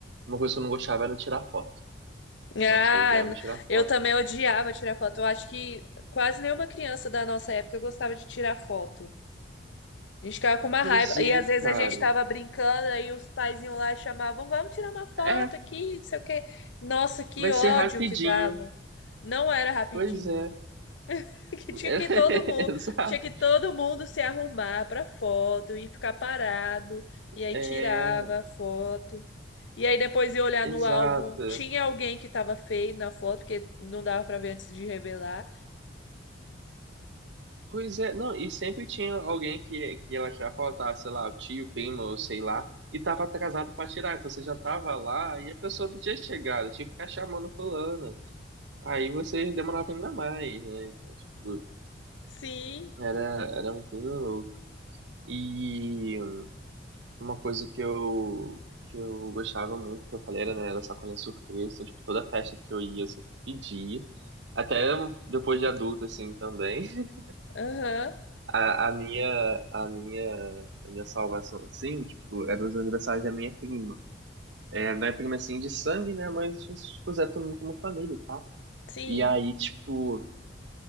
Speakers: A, on the right; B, on the left.
A: Uma coisa que eu não gostava era tirar foto.
B: Ah,
A: Nossa, eu odiava
B: n-
A: tirar
B: eu
A: foto.
B: também odiava tirar foto. Eu acho que quase nenhuma criança da nossa época gostava de tirar foto. A gente ficava com uma
A: Pois
B: raiva. E
A: é,
B: às vezes
A: cara.
B: a gente tava brincando, aí os paizinhos lá chamavam, vamos tirar uma foto
A: É,
B: aqui, não sei o quê. Nossa, que
A: vai
B: ódio
A: ser rapidinho.
B: que dava. Não era rapidinho.
A: Pois é.
B: <laughs> Que
A: <laughs>
B: tinha que todo mundo,
A: Exato.
B: tinha que todo mundo se arrumar pra foto e ficar parado. E aí
A: É,
B: tirava a foto. E aí depois ia olhar
A: exato.
B: no álbum, tinha alguém que tava feio na foto, porque não dava pra ver antes de revelar.
A: Pois é, não, e sempre tinha alguém que, que ela já faltava, sei lá, o tio, primo, ou sei lá, e tava atrasado pra tirar. Então você já tava lá e a pessoa não tinha chegado, tinha que ficar chamando fulano. Aí você demorava ainda mais, né? Então, tipo,
B: Sim,
A: era, era uma coisa louca. E uma coisa que eu, que eu gostava muito, que eu falei, era, né, era sacolinha surpresa. Então, tipo, toda festa que eu ia, eu sempre pedia. Até depois de adulto, assim, também. <laughs>
B: aham,
A: A, a minha, a minha, a minha salvação, assim, tipo, era os aniversários da minha prima. É, não é prima, assim, de sangue, né, mas a gente se considera todo mundo como família, tá?
B: sim.
A: E aí, tipo,